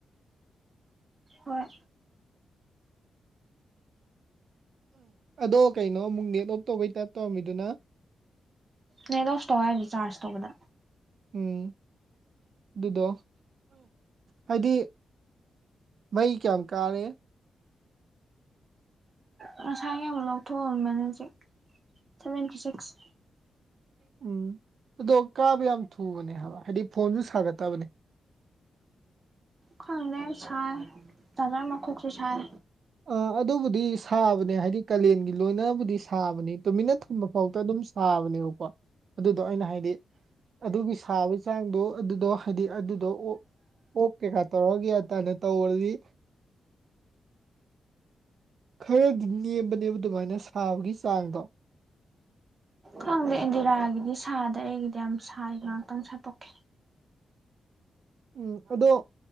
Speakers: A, on the right; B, on the right.
A: ꯍꯣꯏ
B: ꯑꯗꯣ ꯀꯩꯅꯣ ꯑꯃꯨꯛ ꯅꯦꯠ ꯑꯣꯞ ꯇꯧꯕꯩ ꯇꯥꯏꯞ ꯇꯧꯔꯝꯃꯤꯗꯨꯅ
A: ꯅ ꯂꯣꯁ ꯇꯧ ꯍꯥꯏꯁ ꯆꯥꯔꯖ ꯇꯧꯕꯗ
B: ꯎꯝ ꯑꯗꯨꯗꯣ ꯍꯥꯏꯗꯤ ꯃꯩ ꯀꯌꯥꯝ ꯀꯥꯔꯦ
A: ꯉꯁꯥꯒꯤ ꯑꯃꯨꯛ ꯂꯧꯊꯣꯛꯑꯝꯕꯅꯦ ꯍꯧꯖꯤꯛ ꯁꯚꯦꯟꯇꯤ ꯁꯤꯛꯁ
B: ꯎꯝ ꯑꯗꯣ ꯀꯥꯕ ꯌꯥꯝ ꯊꯨꯕꯅꯦ ꯍꯥꯏꯕ ꯍꯥꯏꯗꯤ ꯐꯣꯟꯁꯨ ꯁꯥꯒꯠꯇꯕꯅꯦ
A: ꯈꯪꯗꯦ ꯁꯥꯏ ꯆꯥꯖꯔꯃꯈꫭꯛꯁꯨ ꯁꯥꯏ
B: ꯑ ꯑꯗꯨꯕꯨꯗꯤ ꯁꯥꯕꯅꯦ ꯍꯥꯏꯗꯤ ꯀꯥꯂꯦꯟꯒꯤ ꯂꯣꯏꯅꯕꯨꯗꯤ ꯁꯥꯕꯅꯤ ꯇꯨꯃꯤꯠꯟꯅ ꯊꯨꯡꯕ ꯐꯥꯎꯗ ꯑꯗꯨꯝ ꯁꯥꯕꯅꯦꯕꯀꯣ ꯑꯗꯨꯗꯣ ꯑꯩꯅ ꯍꯥꯏꯗꯤ ꯑꯗꯨꯒꯤ ꯁꯥꯕꯒꯤ ꯆꯥꯡꯗꯣ ꯑꯗꯨꯗꯣ ꯍꯥꯏꯗꯤ ꯑꯗꯨꯗꯣ ꯑꯣ ꯑꯣꯛ ꯀꯩꯀꯥ ꯇꯧꯔꯒꯦ ꯍꯥꯏꯇꯥꯅ ꯇꯧꯔꯗꯤ ꯈꯔꯗꯤ ꯅꯦꯝꯕꯅꯦꯕ ꯑꯗꯨꯃꯥꯏꯅ ꯁꯥꯕꯒꯤ ꯆꯥꯡꯗꯣ
A: ꯈꯪꯗꯦ ꯏꯟꯗꯤꯔꯥꯒꯤꯗꯤ ꯁꯥꯗꯦ ꯑꯩꯒꯤꯗꯤ ꯌꯥꯝ ꯁꯥꯏ ꯉꯥꯏꯍꯥꯛꯇꯪ ꯁꯥꯠꯇꯣꯛꯀ
B: ꯎꯝ ꯑꯗꯣ